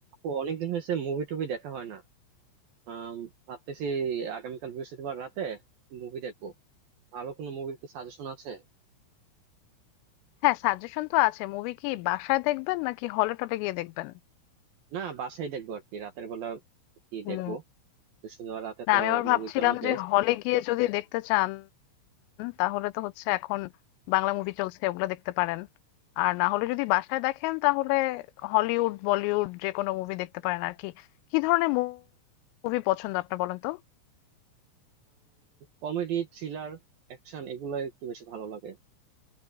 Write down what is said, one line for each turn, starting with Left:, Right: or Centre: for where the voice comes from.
Right: ও অনেকদিন হয়েছে মুভি টুভি দেখা হয় না আম, ভাবতেছি আগামীকাল বৃহস্পতিবার রাতে মুভি দেখবো ভালো কোনো মুভির কি সাজেশন আছে
Left: হ্যাঁ সাজেশন তো আছে মুভি কি বাসায় দেখবেন নাকি হলে টলে গিয়ে দেখবেন
Right: না বাসায় দেখবো আর কি রাতের বেলা কি
Left: হুম
Right: দেখবো বৃহস্পতিবার রাতে
Left: না
Right: তো
Left: আমি আবার
Right: মুভির
Left: ভাবছিলাম
Right: জন্য বেস্ট
Left: যে হলে গিয়ে যদি দেখতে চান তাহলে তো হচ্ছে এখন বাংলা মুভি চলছে ওগুলো দেখতে পারেন আর না হলে যদি বাসায় দেখেন তাহলে হলিউড বলিউড যে কোনো মুভি দেখতে পারেন আর কি কি ধরনের মুভি পছন্দ আপনার বলেন তো
Right: কমেডি থ্রিলার অ্যাকশন এগুলো একটু বেশি ভালো লাগে